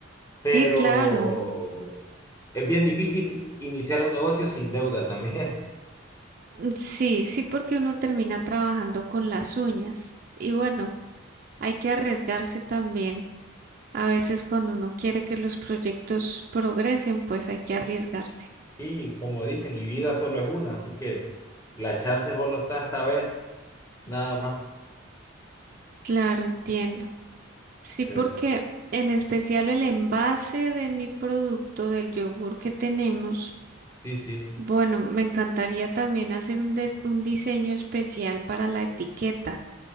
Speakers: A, on the right; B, on the left.
A: sí,
B: pero
A: claro.
B: es bien difícil iniciar un negocio sin deuda también.
A: Mm, Sí, sí, porque uno termina trabajando con las uñas. Y bueno, hay que arriesgarse también. A veces cuando uno quiere que los proyectos progresen, pues hay que arriesgarse.
B: <laughs> Y como dicen, y vida solo es una, así que la chance solo está esta vez, nada más.
A: Claro, entiendo. Sí,
B: Pero
A: porque en especial el envase de mi producto, del yogur que tenemos,
B: sí, sí,
A: bueno, me encantaría también hacer un, des- un diseño especial para la etiqueta.